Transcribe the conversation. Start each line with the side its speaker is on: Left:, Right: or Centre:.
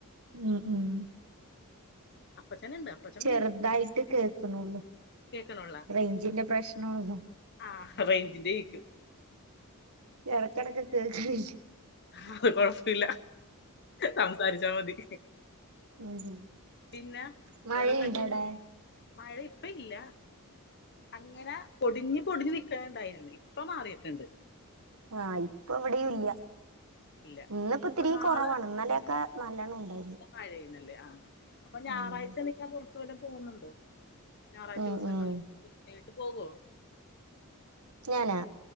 Right: ഉം ഉം
Left: അപ്പച്ചനുണ്ട് അപ്പച്ചൻ
Right: ചെറുതായിട്ട് കേൾക്കുണുള്ളു.
Left: കേൾക്കണുള്ളാ
Right: റേഞ്ചിന്റെ പ്രശ്നള്ളോ.
Left: ആ റേഞ്ചിന്റെക്കും.
Right: എടക്കിടക്കെ കേക്കണില്ല.
Left: അത് കൊഴപ്പല്ല സംസാരിച്ചാ മതി.
Right: ഉം ഉംമഴയുണ്ടോ
Left: പിന്നെ വേറെന്തൊക്കെയുണ്ട്
Right: അവിടെ
Left: മഴ ഇപ്പ ഇല്ല അങ്ങനെ പൊടിഞ്ഞ് പൊടിഞ്ഞ് നിൽക്കണണ്ടായിരുന്നു ഇപ്പൊ മാറിയിട്ടുണ്ട്
Right: ആഹ് ഇപ്പൊ ഇവിടെയും ഇല്ല്യ.
Left: ഇല്ല
Right: ഇന്നിപ്പ
Left: അപ്പൊ
Right: ഇത്തിരി
Left: നാളെ
Right: കൊറവാണ്. ഇന്നലെക്കെ നല്ലണ്ണം ഉണ്ടായിരുന്നു.
Left: മഴേന്നല്ലേ ആഹ് അപ്പൊ ഞാറാഴ്ച
Right: ഉം
Left: നിങ്ങ പുറത്തു വല്ലോം പോവുന്നുണ്ടോ? ഞാറാഴ്ച
Right: ഉം
Left: ദിവസങ്ങൾ
Right: ഉം
Left: കൃത്യാട്ട് പോകോ?
Right: ഞാനാ.